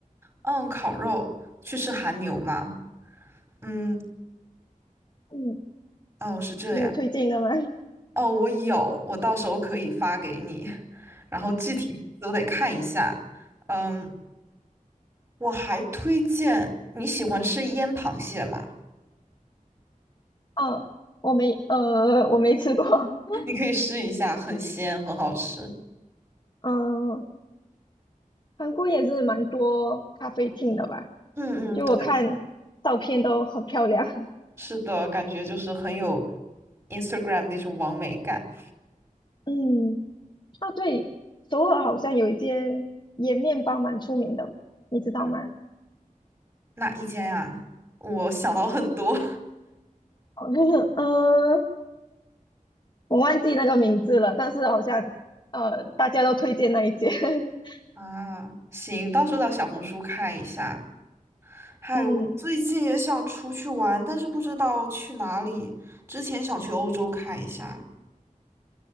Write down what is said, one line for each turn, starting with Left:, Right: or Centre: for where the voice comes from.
Right: 嗯，烤肉去吃韩牛吗？嗯，
Left: 嗯，
Right: 哦，是这样。
Left: 你有推荐的吗？<laughs>
Right: 哦，我有，我到时候可以发给你。<laughs> 然后具体都得看一下。嗯，我还推荐你喜欢吃腌螃蟹吗？
Left: 嗯，我没，呃，<laughs> 我没吃过。<laughs>
Right: <laughs> 你可以试一下，很鲜，很好吃。
Left: 嗯，韩国也是蛮多咖啡厅的吧？
Right: 嗯嗯，
Left: 就我看照片都很漂亮。
Right: 对，
Left: <laughs>
Right: 是的，感觉就是很有 Instagram 那种完美感。
Left: 嗯。啊，对，首尔好像有一间盐面包蛮出名的，你知道吗？
Right: 嗯，哪一间啊？我想到很多
Left: 好像是 <laughs> 呃，我忘记那个名字了，但是好像呃，大家都推荐那一间。<laughs>
Right: <laughs> 啊，行，到时候到小红书看一下。嗨，
Left: 嗯，
Right: 我最近也想出去玩，但是不知道去哪里。之前想去欧洲看一下，